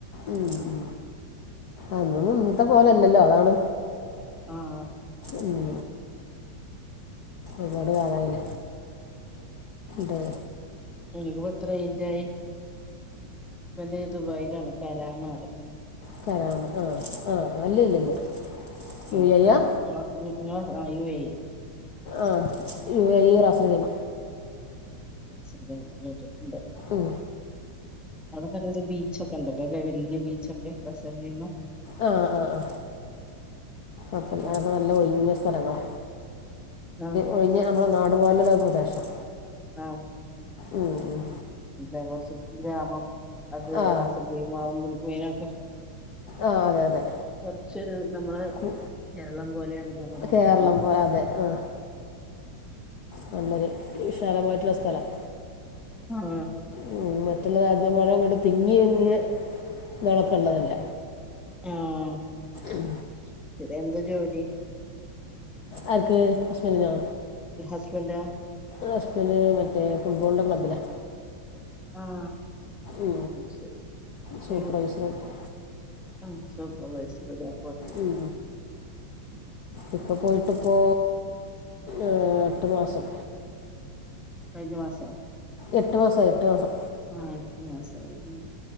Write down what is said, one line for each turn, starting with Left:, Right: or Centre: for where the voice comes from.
Left: ഉ ഉ അതൊന്ന ഒന്ന ഇന്നത്തെ പോലല്ലല്ലോ അതാണ്
Centre: ആ ആ
Left: ഉം
Centre: ശരിയ
Left: ഒരുപാട് കാലായിലേ ട്
Centre: നിങ്ങൾക് പ്പം എത്ര എയ്ജായി ഹസ്ബെന്റ ദുബായിലാണ് കറാമാ റിം
Left: കരാമ ആ ആ അല്ലല്ലല്ല
Centre: ഉം
Left: യു ഐ യാ
Centre: നിങ്ങളെ ആ യു ഐ
Left: ആ യു ഐ റസ് റീമ
Centre: ആ ചെർതായന്ന് കേട്ടിട്ടുണ്ട്
Left: ഉം
Centre: അടെ നല്ലൊരു ബീച്ചൊക്കെ ഉണ്ടല്ലേ ല്ലേ വല്യ ബീച്ചൊക്കെ റസോ കേന്ന്
Left: ആ ആ ആ അപ്പ
Centre: ഉം
Left: അവിടെ നല്ല ഒഴിഞ്ഞ സ്ഥലങ്ങള
Centre: ആഹ്
Left: ഒഴിഞ്ഞ നമ്മളെ നാടുപോലള്ള ഒരു പ്രദേശം
Centre: ആ <unintelligible>
Left: ഉം ഉം
Centre: കുറച്ച് ഗ്രാമം അത്
Left: ആ
Centre: റാസ കെയ്മാവുമ്പോൾപ്പേനൊക്കെ
Left: ആ അതെ അതെ
Centre: കൊറച്ചൊരു നമ്മള്
Left: കു
Centre: കേരളം പോലെയാണ് പറയപ്പെട്ടിട്ടുണ്ട്
Left: കേരളം പോലെ അതെ ആ നല്ലൊരു വിശാലമായിട്ടുള്ള സ്ഥലം
Centre: ഉം
Left: ഉം മറ്റുള്ളത് ആദ്യം പഴം അങ്ങട്ട് തിങ്ങി തിങ്ങി ഇളക്കള്ളതല്ല
Centre: ആം
Left: ഉം
Centre: എന്ത്വാ ജോലി
Left: ആർക്ക് ഹസ്ബെന്റിനോ
Centre: ഹസ്ബെന്റാ
Left: ഹസബന്റ് മറ്റേ ഫുട്ബോളിന്റെ ക്ലബ്ബിലാ
Centre: ആഹ്
Left: ആ
Centre: അത് ശരി
Left: സൂപ്രൈസരായിറ്റ്
Centre: ഉം ആഹ് സൂപ്പർവൈസ്സറ്ല്ലേ
Left: ഉം ഇപ്പൊ പോയിട്ട് ഇപ്പോ ഏ എട്ടു മാസം
Centre: കഴിഞ്ഞ മാസം
Left: എട്ട് മാസം ആയി എട്ട് മാസം
Centre: ആഹ് എട്ട് മാസായില്ലേ